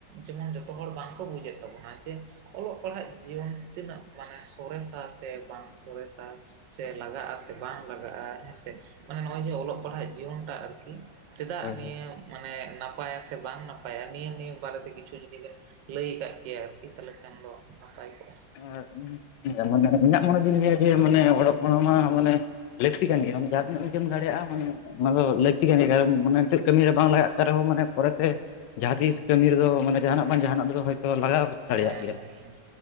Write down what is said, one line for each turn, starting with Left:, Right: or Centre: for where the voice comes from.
Right: ᱡᱮᱢᱚᱱ ᱡᱚᱛᱚ ᱦᱚᱲ ᱵᱟᱝᱠᱚ ᱵᱩᱡᱮᱫ ᱛᱟᱵᱚᱱᱟ ᱡᱮ ᱚᱞᱚᱜ ᱯᱟᱲᱦᱟᱜ ᱡᱤᱭᱚᱱ ᱛᱤᱱᱟᱹᱜ ᱢᱟᱱᱮ ᱥᱚᱨᱮᱥᱟ ᱥᱮ ᱵᱟᱝ ᱥᱚᱨᱮᱥᱟ ᱥᱮ ᱞᱟᱜᱟᱜᱼᱟᱥᱮ ᱵᱟᱝ ᱞᱟᱜᱟᱜᱼᱟ ᱦᱮᱸᱥᱮ ᱢᱟᱱᱮ ᱱᱚᱜᱼᱚᱭ ᱡᱮ ᱚᱞᱚᱜ ᱯᱟᱲᱦᱟᱜ ᱡᱤᱭᱚᱱᱴᱟᱜ ᱟᱨᱠᱤ᱾ ᱪᱮᱫᱟᱜ
Left: ᱦᱳᱭ
Right: ᱱᱤᱭᱟᱹ ᱢᱟᱱᱮ ᱱᱟᱯᱟᱭᱟ ᱥᱮ ᱵᱟᱝ ᱱᱟᱯᱟᱭᱟ ᱱᱤᱭᱟᱹ ᱱᱤᱭᱟᱹ ᱵᱟᱨᱮᱛᱮ ᱠᱤᱪᱷᱩ ᱡᱩᱫᱤ ᱵᱮᱱ ᱞᱟᱹᱭ ᱠᱟᱫ ᱠᱮᱭᱟ ᱟᱨᱠᱤ ᱛᱟᱦᱚᱞᱮ ᱠᱷᱟᱱ ᱫᱚ ᱱᱟᱯᱟᱭ ᱠᱚᱜᱼᱟ᱾
Left: ᱟ <unintelligible> ᱢᱟᱱᱮ ᱤᱧᱟᱹᱜ ᱢᱚᱱᱮ ᱫᱤᱧ ᱞᱟᱹᱭᱟ ᱡᱮ ᱢᱟᱱᱮ ᱚᱞᱚᱜ ᱯᱟᱲᱦᱟᱜ ᱢᱟ ᱢᱟᱱᱮ ᱞᱟᱹᱠᱛᱤ ᱠᱟᱱ ᱜᱮᱭᱟ᱾ ᱢᱟᱱᱮ ᱤᱱᱠᱟᱹᱢ ᱫᱟᱲᱮᱭᱟᱜᱼᱟ ᱢᱟᱱᱮ ᱚᱱᱟ ᱫᱚ ᱞᱟᱹᱠᱛᱤ ᱠᱟᱱ ᱜᱮᱭᱟ ᱠᱟᱨᱚᱱ ᱢᱟᱱᱮ ᱱᱤᱛᱚᱜ ᱠᱟᱹᱢᱤ ᱨᱮ ᱵᱟᱝ ᱞᱟᱜᱟᱜ ᱠᱟᱱ ᱨᱮᱦᱚᱸ ᱢᱟᱱᱮ ᱯᱚᱨᱮᱛᱮ ᱡᱟᱦᱟᱸ ᱛᱤᱥ ᱠᱟᱹᱢᱤ ᱨᱮᱫᱚ ᱢᱟᱱᱮ ᱡᱟᱦᱟᱱᱟᱜ ᱵᱟᱝ ᱡᱟᱦᱟᱱᱟᱜ ᱨᱮᱫᱚ ᱦᱳᱭᱛᱳ ᱞᱟᱜᱟᱣ ᱫᱟᱲᱮᱭᱟᱜ
Right: ᱦᱮᱸ
Left: ᱜᱮᱭᱟ
Right: ᱦᱮᱸ ᱦᱮᱸ